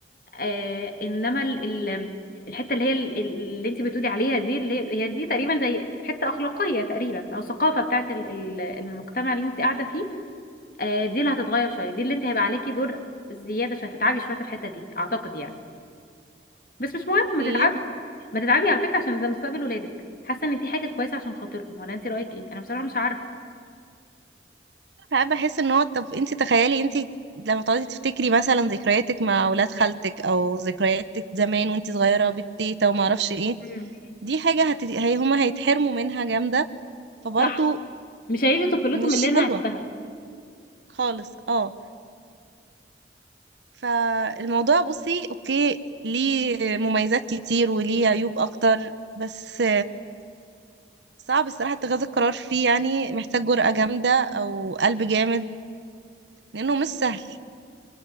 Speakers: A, on the left; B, on the right.
A: آه انما ال ال- الحته اللي هي ال- اللي انت بتقولي عليها دي اللي هي هي دي تقريبا زي حته اخلاقيه تقريبا او ثقافه بتاعت ال- ال- المجتمع اللي انت قاعده فيه آه دي اللي هتتغير شويه دي اللي انت هيبقى عليكي دور زياده عشان هتتعبي شويه في الحته دي اعتقد يعني بس مش مهم
B: اوكي
A: ما تتعبي ما تتعبي على فكره عشان ده مستقبل ولادك حاسه ان دي حاجه كويسه عشان خاطرهم ولا انت رايك ايه انا بصراحه مش عارفه
B: ساعات بحس ان هو طب انت تخيلي انت لما تقعدي تفتكري مثلا ذكرياتك مع ولاد خالتك او ذكرياتك زمان وانت صغيره بالتيتا وما اعرفش ايه
A: مم.
B: دي حاجه هت... هي هما هيتحرموا منها جامده فبرضه
A: صح مش هيعيشوا طفولتهم
B: مش
A: اللي انا
B: حلوه
A: عشتها
B: خالص اه فالموضوع بصي اوكي ليه مميزات كتير وليه عيوب اكتر بس صعب الصراحه اتخاذ القرار فيه يعني محتاج جرأة جامده او قلب جامد لانه مش سهل